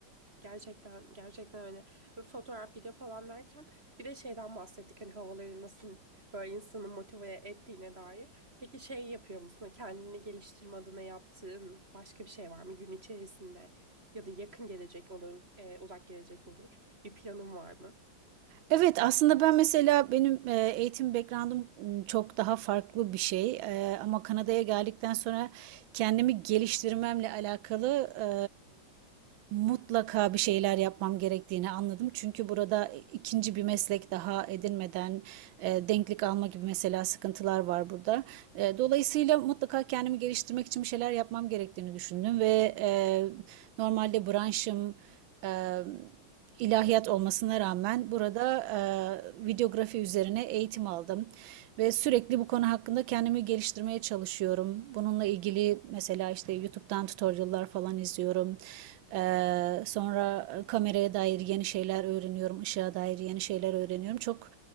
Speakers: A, on the right; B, on the right.
A: Gerçekten gerçekten öyle. Ve fotoğraf, video falan derken bir de şeyden bahsettik hani havaları nasıl böyle insanı motive ettiğine dair. Peki şey yapıyor musun? Hani Kendini geliştirme adına yaptığın başka bir şey var mı gün içerisinde? Ya da yakın gelecek olur, e, uzak gelecek olur. Bir planın var mı?
B: Evet aslında ben mesela benim e, eğitim background'um m, çok daha farklı bir şey. E, ama Kanada'ya geldikten sonra kendimi geliştirmemle alakalı e, mutlaka bir şeyler yapmam gerektiğini anladım. Çünkü burada e, ikinci bir meslek daha edinmeden e, denklik alma gibi mesela sıkıntılar var burada. E, dolayısıyla mutlaka kendimi geliştirmek için bir şeyler yapmam gerektiğini düşündüm ve e, normalde branşım e, ilahiyat olmasına rağmen burada e, videografi üzerine eğitim aldım ve sürekli bu konu hakkında kendimi geliştirmeye çalışıyorum. Bununla ilgili mesela işte YouTube'dan tutorial'lar falan izliyorum. E, sonra kameraya dair yeni şeyler öğreniyorum, ışığa dair yeni şeyler öğreniyorum. Çok